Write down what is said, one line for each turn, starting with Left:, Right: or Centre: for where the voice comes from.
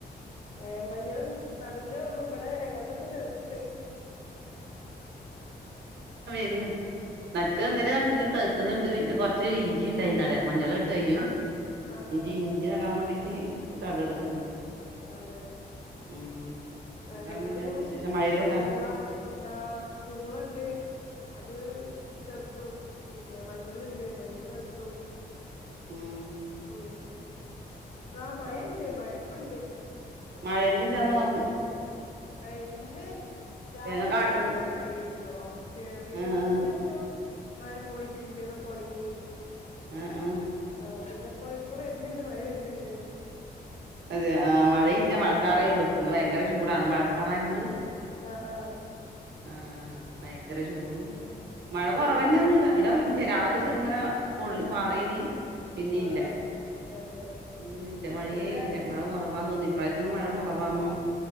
Left: ഏ മഞ്ഞളും നടുന്നേ ഉള്ളൂ ഇവിടെ ഞങ്ങൾതൊക്കെ തെഴുത്ത്
Right: ഇന്ന് നട്ട്
Left: ആഹ്
Right: എന്തേരം നട്ടിന് തഴുക്കുന്നുണ്ട് പിന്നെ കുച്ച് ഇഞ്ചി ഉണ്ടായി നട മഞ്ഞൾ ഇട്ട് കഴിഞ്ഞു
Left: ആഹ്
Right: ഇഞ്ചി
Left: ആഹ്
Right: ഇഞ്ചി നടാൻ വേണ്ടിട്ട് റ്റി തടം എടുക്കുന്നു
Left: അതെ
Right: ഉം
Left: ആ
Right: എന്താന്ന്
Left: ഞങ്ങളത്
Right: പിന്നെ
Left: ഇപ്പൊ
Right: വിശേഷം മഴയെല്ലാം ഉണ്ടാ
Left: പൂള ആ പൂളണ്ട് അത് തെഴുത്തു പിന്നെ മഞ്ഞൾഇണ്ട് മഞ്ഞൾ തെഴുത്തു
Right: ഉം
Left: ഉം ആഹ മഴണ്ട്
Right: ആ
Left: മഴഇപ്പണ്ട്
Right: മഴയൊന്നും ഇല്ല <inaudible>
Left: ആ ഇന്ന് രാവിലെ
Right: തേങ്ങ കാട്ടിൽ
Left: ഒക്ക നല്ല മഴ ആയിന്നുട്ടോ പിന്നെ
Right: ആഹ്
Left: ഉച്ചന്റെ ശേഷം മഴ പോയി തിരുമ്പിയതൊക്കെ ഒണങ്ങി
Right: ആഹ ആഹ
Left: ആ പിന്നെ ഇപ്പ ഇപ്പൊ വരുന്നുണ്ട് മഴ വരുന്നുണ്ട്
Right: അതെ ആ മഴയില്ല
Left: ആ
Right: മഴക്കറേള്ളൂ ഇന്ന്‌ ഭയങ്കര ചൂടാണ് മഴക്കാറായോണ്ട്
Left: ആഹ ആഹ
Right: ആഹ ഭയങ്കര ചൂടും മഴ
Left: ചൂടുണ്ട്
Right: കൊറവന്നെയന്ന ഇട ഇടവല്ല രാവിലെ ചെറങ്ങനെ പൊ പാറീനി പിന്നെ
Left: ആ
Right: ഇല്ല
Left: ആ അതെ
Right: ഒന്നുല്ല മഴയേ
Left: ഇവിടെ
Right: ഇല്ല മഴ കുറവാന്ന് തോന്നി പ്രാവശ്യം മഴ കുറവാമോ